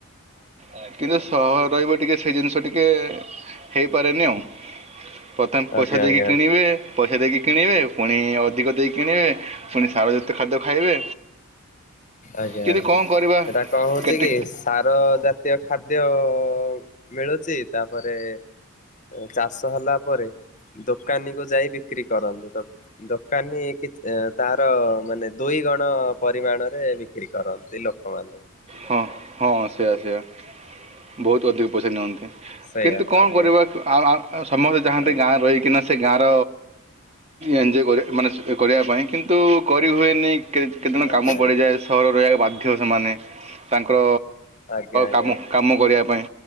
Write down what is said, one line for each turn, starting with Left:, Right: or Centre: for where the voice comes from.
Right: ଆଜ୍ଞା କିନ୍ତୁ ସହର ରହିବ ଟିକେ ସେ ଜିନିଷ ଟିକେ ହେଇପାରେନି ଆଉ ପ୍ରଥମେ ପଇସା
Left: ଆଜ୍ଞା
Right: ଦେଇକି
Left: ଆଜ୍ଞା
Right: କିଣିବେ ପଇସା ଦେଇକି କିଣିବେ ପୁଣି ଅଧିକ ଦେଇକି କିଣିବେ ପୁଣି ସାରଜାତିୟ ଖାଦ୍ୟ ଖାଇବେ।
Left: ଆଜ୍ଞା
Right: କିନ୍ତୁ
Left: ଆଜ୍ଞା
Right: କ'ଣ କରିବା
Left: ଏଟା କଣ ହଉଛି
Right: କେତେ
Left: କି ସାର ଜାତୀୟ ଖାଦ୍ୟ ଅ ମିଳୁଚି ତାପରେ ଉ ଚାଷ ହେଲା ପରେ ଦ ଦୋକାନୀ କୁ ଯାଇ ବିକ୍ରି କରନ୍ତି ଦ ଦୋକାନୀ କି ଏ ତାର ମାନେ ଦୁଇ ଗୁଣ ପରିମାଣରେ ବିକ୍ରି କରନ୍ତି ଲୋକମାନେ।
Right: ହଁ ହଁ ସେଇଆ ସେଇଆ। ବହୁତ ଅଧିକ ପଇସା ନିଅନ୍ତି
Left: ସେଇଆ
Right: କିନ୍ତୁ କଣ
Left: ଆଜ୍ଞା
Right: କରିବା ଆ, ଆ, ସମସ୍ତେ ଚାହାନ୍ତି
Left: ଆଜ୍ଞା
Right: ଗାଁ ରହିକିନା ସେ ଗାଁର ଏଞ୍ଜୟ କରି ମାନେ କରିବା ପାଇଁ କିନ୍ତୁ କରିହୁଏନି। କେତ କେତେଜଣ
Left: ଆଜ୍ଞା
Right: କାମ ପଡ଼ିଯାଏ ସହର ରହିବାକୁ ବାଧ୍ୟ ସେମାନେ। ତାଙ୍କର
Left: ଆଜ୍ଞା ଆଜ୍ଞା
Right: କାମ କାମ କରିବା ପାଇଁ